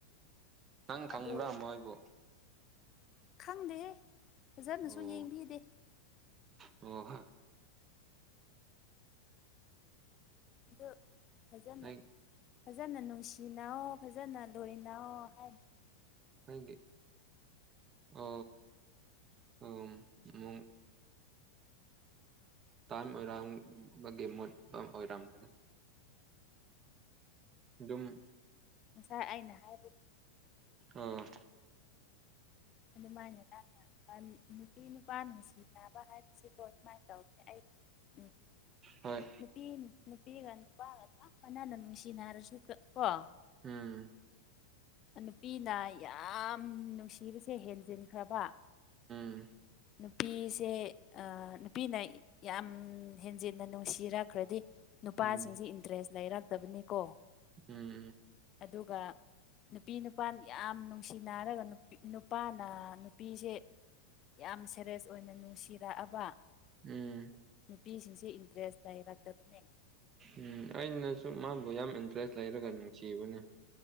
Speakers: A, on the right; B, on the left.
A: ꯅꯪ ꯈꯪꯕ꯭ꯔꯝꯃꯣ
B: ꯑꯗꯨ
A: ꯑꯩꯕꯨ
B: ꯈꯪꯗꯦꯍꯦ ꯐꯖꯅꯁꯨ
A: ꯑꯣ
B: ꯌꯦꯡꯕꯤꯗꯦ
A: ꯑꯣ ꯍ
B: ꯑ ꯐꯖꯅꯅ
A: ꯑꯩ
B: ꯐꯖꯅ ꯅꯨꯡꯁꯤꯅꯑꯣ ꯐꯖꯅ ꯂꯣꯏꯅ ꯍꯥꯏꯔꯤ
A: ꯍꯥꯏꯦ ꯑ ꯑꯣ ꯃ
B: <inaudible>
A: ꯇꯥꯏꯝ ꯑꯣꯏꯔꯝꯕꯒꯤ ꯃꯨꯠꯄ ꯑꯣꯏꯔꯝꯅꯤ ꯑꯗꯨꯝ
B: ꯉꯁꯥꯏ ꯑꯩꯅ ꯍꯥꯏ
A: ꯑꯣ
B: ꯑꯗꯨ ꯃꯥꯥꯏꯅ ꯅꯪꯅ ꯅꯨꯄꯤ ꯅꯨꯄꯥ ꯅꯨꯡꯁꯤꯅꯕ ꯍꯥꯏꯕꯁꯤ ꯑꯣ ꯁꯨꯃꯥꯏꯅ ꯇꯧꯒꯦ ꯑꯩ ꯎꯝ
A: ꯍꯣꯏ
B: ꯅꯨꯄꯤ ꯅꯨꯄꯤꯒꯅ ꯄꯥꯒ ꯆꯞ ꯃꯅꯅ ꯅꯨꯡꯁꯤꯅꯔꯁꯨ ꯀꯣ
A: ꯎꯝ
B: ꯅꯨꯄꯤꯅ ꯌꯥꯝ ꯅꯨꯡꯁꯤꯕꯁꯦ ꯍꯦꯟꯖꯤꯟꯈ꯭ꯔꯕ
A: ꯎꯝ
B: ꯅꯨꯄꯤꯁꯦ ꯅꯨꯄꯤꯅ ꯌꯥꯝ ꯍꯦꯟꯖꯤꯟꯅ ꯅꯨꯡꯁꯤꯔꯛꯈ꯭ꯔꯗꯤ ꯅꯨꯄꯥꯁꯤꯡꯁꯤ
A: ꯎꯝ
B: ꯏꯟꯇꯔꯦꯁ ꯂꯩꯔꯛꯇꯕꯅꯤꯀꯣ
A: ꯎꯝ
B: ꯑꯗꯨꯒ ꯅꯨꯄꯤ ꯅꯨꯄꯥꯅ ꯌꯥꯝ ꯅꯨꯡꯁꯤꯅꯔꯒ ꯅꯨꯄꯥꯅ ꯅꯨꯄꯤꯁꯦ ꯌꯥꯝ ꯁꯦꯔꯦꯁ ꯑꯣꯏꯅ ꯅꯨꯡꯁꯤꯔꯛꯑꯕ
A: ꯎꯝ
B: ꯅꯨꯄꯤꯁꯤꯡꯁꯦ ꯏꯟꯇꯔꯦꯁ ꯇꯥꯏꯔꯥꯛꯛꯇꯕꯅꯦ
A: ꯎꯝ ꯑꯩꯅꯁꯨ ꯃꯥꯕꯨ ꯌꯥꯝ ꯏꯟꯇꯔꯦꯁ ꯂꯩꯔꯒ ꯅꯨꯡꯁꯤꯕꯅꯦ